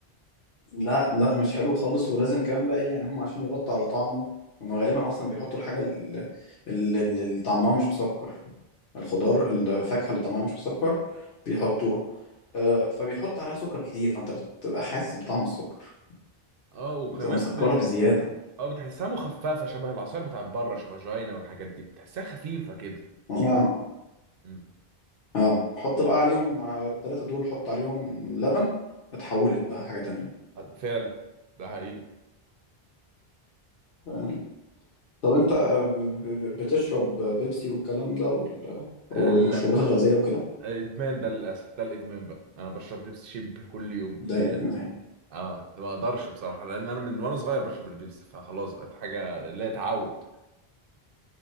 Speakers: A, on the left; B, on the right.
A: لا لا مش حلو خالص ولازم كمان بقى ايه يعني هم عشان يغطوا على طعمه هم غالبا اصلا بيحطوا الحاجه اللي, اللي طعمها مش مسكر الخضار الفاكهه اللي طعمها مش مسكر بيحطوها آه، فبيحط عليها سكر كتير فانت بتبقى حاسس بطعم السكر
B: اه وكمان
A: بتبقى مسكره
B: ب...
A: بزياده
B: اه بتحسها مخففه شبه العصير بتاع بره شبه جوينا والحاجات دي بتحسها خفيفه كده
A: لا
B: امم
A: اه حط بقى عليهم على التلاتة دول حط عليهم لبن اتحولت بقى حاجة تانية
B: فعلا ده حقيقي
A: فاهم؟ طب انت آه، ب- ب- ب- بتشرب بيبسي والكلام ده وال- والمشروبات
B: ال-
A: الغازية وكده
B: الادمان ده للاسف ده الادمان بقى انا بشرب بيبسي شيب كل يوم
A: ده
B: لا
A: الادمان يعني.
B: اه ده ما اقدرش بصراحه لان انا من وانا صغير بشرب البيبسي فخلاص بقت حاجه لا تعود